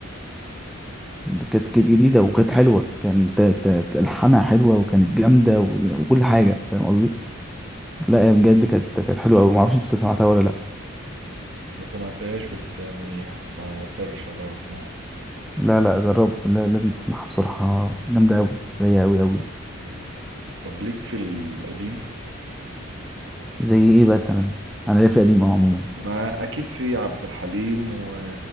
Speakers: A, in the centre; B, on the right.
A: اللي كانت كانت جديدة وكانت حلوة كانت ت- ت- ت- ألحانها حلوة وكانت جامدة و- وكل حاجة فاهم قصدي
B: مم.
A: لا يا بجد كانت كانت حلوه قوي ما اعرفش انت سمعتها ولا لا
B: ما سمعتهاش بس يعني بسرش عليها واسمعها
A: لا لا جرب لا لازم تسمعها بصراحه جامده قوي رايقه قوي قوي
B: مم. طب ليك في القديم
A: زي ايه مثلا انا ليا في القديم اهو عموما
B: ما اكيد في عبد الحليم و...